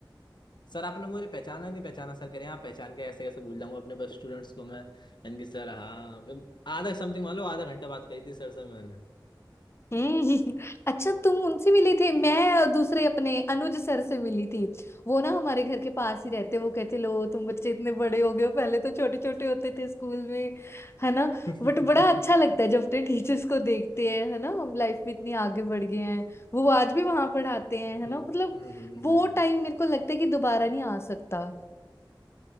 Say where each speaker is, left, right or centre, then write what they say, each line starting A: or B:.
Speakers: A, on the left; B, on the left.
A: सर आपने मुझे पहचाना नहीं पहचाना सर कह रहे हैं आप पहचान के ऐसे कैसे भूल जाऊंगा अपने बस स्टूडेंट्स को मैं यानी कि सर हाँ फिर आधा समथिंग मान लो आधा घंटा बात करी थी सर से मैंने
B: हम्म <laughs> अच्छा तुम उनसे मिले थे मैं दूसरे अपने अनुज सर से मिली थी वो ना हमारे घर के पास ही रहते वो कहते लो तुम बच्चे इतने बड़े हो गए हो पहले तो छोटे छोटे होते थे स्कूल में है ना
A: <laughs>
B: बट
A: हम्म
B: बड़ा अच्छा लगता है जब अपने टीचर्स को देखते हैं है ना हम लाइफ में इतनी आगे बढ़ गए हैं वो आज भी वहां पढ़ाते हैं है ना
A: हम्म
B: मतलब
A: हम्म,
B: वो
A: हम्म।
B: टाइम मेरे को लगता है कि दोबारा नहीं आ सकता